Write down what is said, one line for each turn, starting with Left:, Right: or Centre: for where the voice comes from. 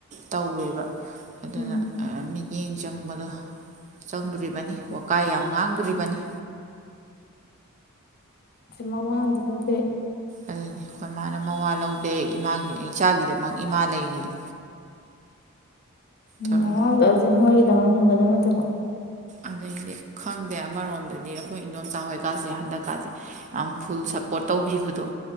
Right: ꯇꯧꯋꯦꯕ ꯑꯗꯨꯅ
Left: ꯎꯝ
Right: ꯃꯤꯠꯌꯦꯡ ꯆꯪꯕꯗꯣ ꯆꯪꯗꯣꯔꯤꯕꯅꯤ ꯋꯥꯀꯥꯏ ꯌꯥꯝ ꯉꯥꯡꯗꯣꯔꯤꯕꯅꯤ
Left: ꯃꯋꯥ ꯑꯝꯇ ꯍꯧꯗꯦ
Right: ꯑꯗꯨꯅꯤ ꯑꯩꯈꯣꯏ ꯃꯥꯅ ꯃꯋꯥ ꯂꯧꯗꯦ ꯏꯃꯥꯒꯤ ꯏꯆꯥꯒꯤꯗꯃꯛ ꯏꯃꯥ ꯂꯩꯔꯤ
Left: ꯎꯝ
Right: ꯇꯧꯔꯤ
Left: ꯋꯥꯁꯦꯒ ꯃꯣ ꯍꯤꯡꯗ ꯃꯥ ꯇꯀ
Right: ꯑꯩꯗꯤ ꯈꯪꯗꯦ ꯑꯃꯔꯣꯝꯗꯗꯤ ꯑꯩꯈꯣꯏ ꯏꯗꯣꯝꯆꯥ ꯍꯣꯏꯀꯥꯁꯦ ꯍꯟꯗꯛꯀꯥꯁꯦ ꯌꯥꯝ ꯐꯨꯜ ꯁꯞꯄꯣꯔꯠ ꯇꯧꯕꯤꯕꯗꯣ